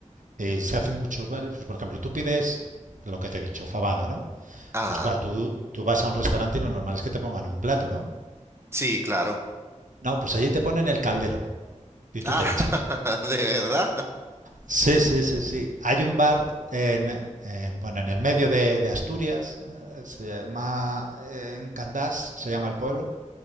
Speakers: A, on the right; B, on the right.
A: eh, se hacen muchos bares. Pues, por ejemplo, tú pides lo que te he dicho, fabada, ¿no?
B: Ah,
A: Pues claro, tú, tú vas a un restaurante y lo normal es que te pongan un plato, ¿no?
B: sí, claro.
A: No, pues allí te ponen el caldero y tú
B: Ah,
A: te echas.
B: <laughs> de verdad.
A: Sí, sí, sí, sí. Hay un bar en, en, bueno, en el medio de, de Asturias, eh, se llama eh, en Candás, se llama el pueblo,